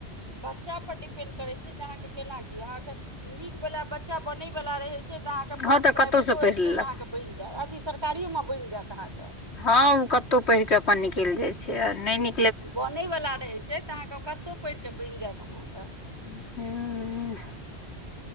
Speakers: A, on the right; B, on the left.
A: बच्चा पर डिपेंड करैत छै, जे अहाँकेँ केना की अहाँकेँ। नीक बला बच्चा बनेयवला रहै छै तऽ अहाँके
B: हँं तऽ
A: प्राइवेटो
B: कतहु से पढ़ि
A: इसकुलमे
B: लेलक।
A: अहाँके बनि जायत, अथी सरकारियो में बनि जायत अहाँके।
B: हँ ओ कतहु पढ़ कऽ अपन निकलि जाइ छै, नै नि
A: बनयवला रहैत छै, तऽ अहाँकेँ ओ कतहु पड़ि कऽ बनि जायत अहाँकेँ।
B: हूं ऽ।